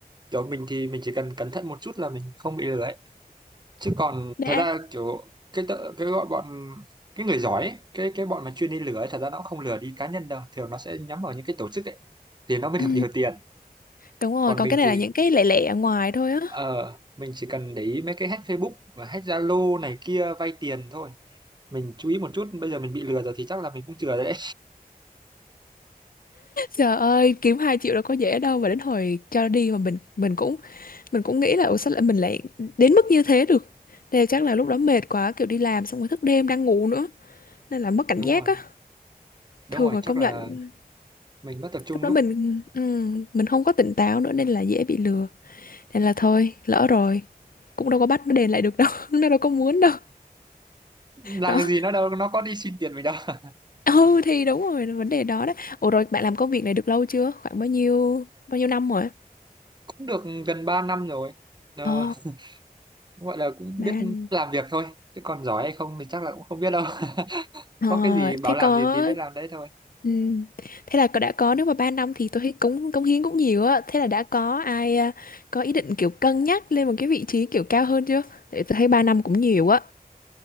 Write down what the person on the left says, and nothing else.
đã.
Ừ,
đúng rồi,
còn
cái này
là những cái lẻ lẻ ở ngoài thôi á.
Trời ơi, kiếm 2 triệu đâu có dễ đâu mà đến hồi cho đi mà mình mình cũng mình cũng nghĩ là ủa sao lại mình lại đến mức như thế được. Nên chắc là lúc đó mệt quá kiểu đi làm xong rồi thức đêm đang ngủ nữa. nên là mất cảnh
giác
á
thường
là công
nhận
lúc đó
mình ừm, mình không có tỉnh táo nữa nên là dễ bị lừa nên là thôi lỡ rồi cũng đâu có bắt nó đền lại được đâu <laughs> nó đâu có muốn đâu
đó
ừ thì đúng rồi là vấn đề đó đó ủa rồi bạn làm công việc này được lâu chưa khoảng bao nhiêu bao nhiêu năm rồi
ồ
bạn
ờ,
thế
có
ừm, thế là có- đã có nếu mà ba năm thì tôi thấy cống cống hiến cũng nhiều á thế là đã có ai à, có ý định kiểu cân nhắc lên một cái vị trí kiểu cao hơn chưa Tại tôi thấy ba năm cũng nhiều á